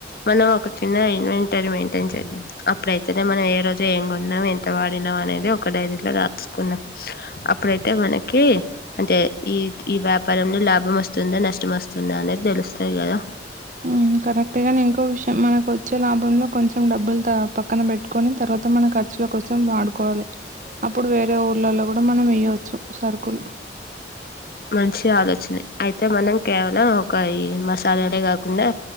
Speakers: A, on the left (about 55°); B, on the right (about 45°).
A: మనం ఒక చిన్న ఇన్వెంటర్ మెయింటైన్ చేద్దాం అప్పుడైతేనే మనం ఏ రోజు ఏం కొన్నాం ఎంత వాడినాం అనేది ఒక డైరీలో రాసుకున్నాం అప్పుడై అంటే మనకి అంటే ఈ ఈ వ్యాప్ పరంలో లాభం వస్తుందో నష్టం వస్తుందో అనేది తెలుస్తాది కదా
B: యూ కరెక్ట్ గానే ఇంకో విషయం మనకు వచ్చే లాభంలో కొంచెం డబ్బులు తా పక్కన పెట్టుకొని తర్వాత మనం ఖర్చులకోసం వాడుకోవాలి అప్పుడు వేరే ఊర్లలో కూడా మనం వెయ్యొచ్చు సరుకులు
A: మంచి ఆలోచనే అయితే మనం కేవలం ఒక ఈ మసాలాలే కాకుండా